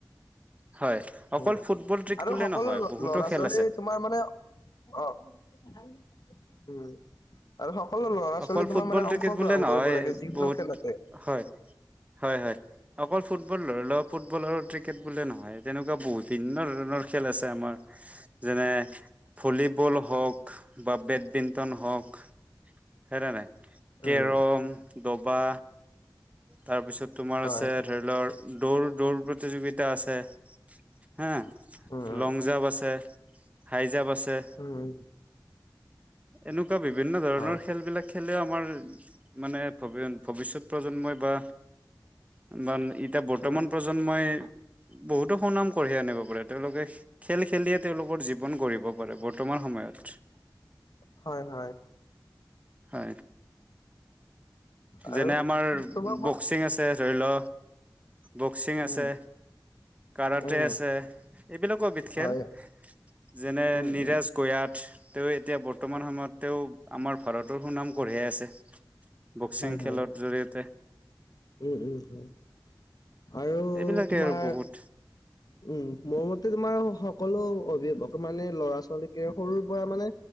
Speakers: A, on the right; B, on the left.
A: হয়। অকল
B: বুজিলা।
A: ফুটবল ক্ৰিকেট
B: আৰু
A: বুলিয়ে
B: সকলো
A: নহয়
B: ল ব
A: বহুতো
B: ল'ৰা-ছোৱালী
A: খেল আছে
B: তোমাৰ মানে অ, উম আৰু সক সকলো ল'ৰা-ছোৱালী
A: অকল ফুটবল
B: তোমাৰ মানে অংশগ্ৰহণ
A: ক্ৰিকেট বুলিয়ে নহয়
B: কৰিব লাগে যিকোনো
A: বহুত
B: খেলতে।
A: হয় হয় হয়। অকল ফুটবল ধৰি লোৱা ফুটবল আৰু ক্ৰিকেট বুলিয়ে নহয় তেনেকুৱা বহুত বিভিন্ন ধৰণৰ খেল আছে আমাৰ। যেনে ভলীবল হওঁক বা বেডমিন্টন হওঁক হয়নে নাই কেৰম,
B: উম
A: দবা, তাৰপিছত তোমাৰ
B: হয়
A: আছে ধৰি লওঁক দৌৰ দৌৰ প্ৰতিযোগিতা আছে। উম,
B: উম
A: লং
B: উম
A: জাপ আছে, হাই জাপ আছে।
B: উম।
A: এনেকুৱা বিভিন্ন ধৰণৰ
B: হয়
A: খেলবিলাক খেলে আমাৰ, মানে ভৱি, ভৱিষ্যত প্ৰজন্মই বা বান, এতিয়া বৰ্তমান
B: উম
A: প্ৰজন্মই বহুতো সুনাম কঢ়িয়াই আনিব পাৰে। তেওঁলোকে খেল খেলিয়েই তেওঁলোকৰ জীৱন গঢ়িব পাৰে, বৰ্তমান সময়ত।
B: হয়, হয়।
A: হয়।
B: আৰু
A: যেনে আমাৰ
B: তোমাক মই
A: বক্সিং আছে ধৰি ল। বক্সিং আছে,
B: উম
A: কাৰাটে
B: উম
A: আছে, এইবিলাকো এবিধ
B: হয়
A: খেল। যেনে
B: উম
A: নিৰাজ
B: উম
A: গয়াত। তেওঁ এতিয়া বৰ্তমান সময়ত, তেওঁ আমাৰ ভাৰতৰ সুনাম কঢ়িয়াই আছে। বক্সিং
B: হয় হয়
A: খেলৰ জৰিয়তে।
B: উম, উম আৰু
A: এইবিলাকে
B: তোমাৰ
A: আৰু বহুত
B: উম, মোৰ মতে তোমাৰ সকলো অভিভাৱকে মানে ল'ৰা-ছোৱালীকে সৰুৰ পৰা মানে,